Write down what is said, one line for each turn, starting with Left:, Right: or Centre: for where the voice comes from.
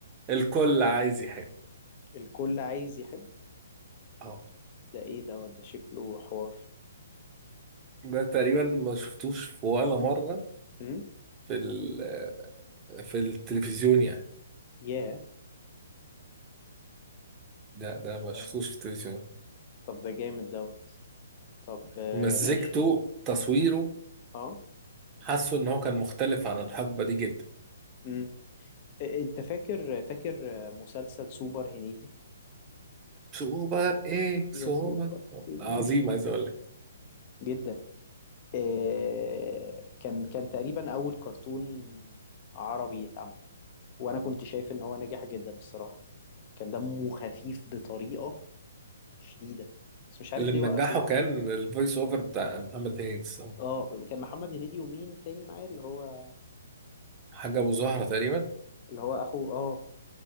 Right: الكل عايز يحب
Left: الكل عايز يحب
Right: اه
Left: ده ايه دوت ده شكله حوار
Right: ده تقريبا ما شفتوش في ولا مره
Left: امم
Right: في ال- آه، في التلفزيون يعني
Left: ياه
Right: ده ده ما
Left: آه،
Right: شفتوش في التلفزيون
Left: طب ده جامد دوت طب آه،
Right: مزجته
Left: ماشي
Right: تصويره
Left: اه
Right: حاسه ان هو كان مختلف عن الحقبه دي جدا
Left: امم إيه- انت فاكر فاكر آه، مسلسل سوبر هنيدي
Right: سوبر ايه
Left: يسوع
Right: سوبر
Left: بقى يعني
Right: عظيم عايز اقول لك
Left: <laughs> جدا آه، كان كان تقريبا اول كرتون عربي يتعمل وانا كنت شايف ان هو ناجح جدا الصراحه كان دمه خفيف بطريقه شديده بس مش عارف
Right: اللي منجحه
Left: ليه وقفوه
Right: كان الفويس اوفر بتاع محمد هيدس
Left: اه كان محمد هنيدي ومين تاني معايا اللي هو
Right: حاجة أبو زهرة تقريبا
Left: اللي هو اخو اه